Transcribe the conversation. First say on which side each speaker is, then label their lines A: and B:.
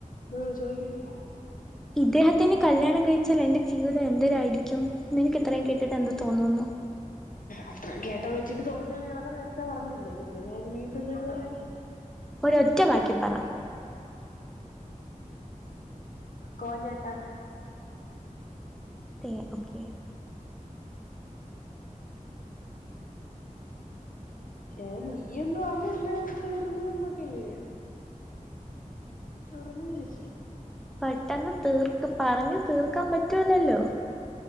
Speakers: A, on the left (about 80°); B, in the centre.
A: ഉം ചോയ്ക്കിടീ
B: ഇദ്ദേഹത്തിന് കല്യാണം കഴിച്ചാല എ ജീവിതം എന്തൊരായിരിക്കും നിനക്ക് ഇത്രയും കേട്ടിട്ട് എന്ത് തോന്നുന്നു
A: അത്ര കേട്ട വെച്ചിട്ട് തോന്നുന്ന കാര്യങ്ങളൊക്കെ നേരത്തെ പറഞ്ഞില്ലേ പിന്നെ ഞൻ വീണ്ടും പറയാം
B: ഒരൊറ്റ വാക്കി പറ
A: കോഞ്ഞാട്ടാ
B: <unintelligible> ഓക്കെ
A: ഏ നീ അന്ന് പറഞ്ഞില്ല തീർന്ന് ന്നൊക്കല്ല <unintelligible>
B: പെട്ടെന്ന് തീർക്ക പറഞ് തീർക്കാൻ പറ്റുല്ലല്ലോ